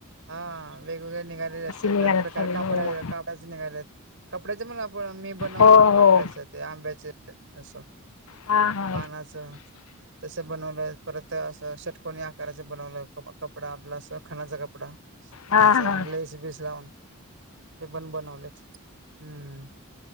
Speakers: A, on the right; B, on the left.
A: हा, वेगवेगळे निघालेले असतात
B: निघाल्यात
A: त्या प्रकार
B: सगळे
A: कापड
B: हो
A: का डाचं निघाल्यात, कपड्याचं पण आपण मी बनवले
B: हो
A: की
B: हो
A: कपड्याच ते आंब्याचे असं
B: हा हा
A: पानाचं. तसं बनवलंय परत असं षटकोणी आकाराचं बनवलं, कपडा आपलं असं खणाचा कप पडा.
B: हा
A: त्याचं
B: हा.
A: लेस बीस लावून, ते पण बनवलेत हम्म.